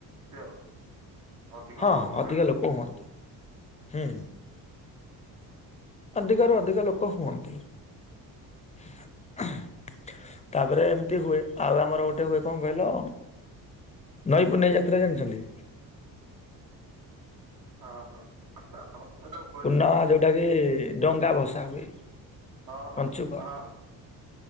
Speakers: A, on the right; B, on the left.
A: ଆଉ ଅଧିକ
B: ହଁ
A: ହୁଅନ୍ତି
B: ହ ଅଧିକ
A: ନା
B: ଲୋକ ହୁଅନ୍ତି ହୁଁ।
A: ହୁଁ ହିଁ।
B: ଅଧିକରୁ ଅଧିକା ଲୋକ ହୁଅନ୍ତି। <inaudible> ତାପରେ ଏମିତି ହୁଏ ଆଉ ଆମର ଗୋଟେ ହୁଏ କଣ କହିଲ ନଈପୂନେଇ ଯାତ୍ରା ଜାଣିଚନ୍ତି?
A: ହଁ ହଁ। ଏଟା ହୁଏନି
B: ପୂର୍ଣ୍ଣିମା
A: ଏପଟେ
B: ଯେଉଁଟା କିି ଡଙ୍ଗା ଭସା ହୁଏ
A: ହଁ
B: ପଞ୍ଚୁକ।
A: ହଁ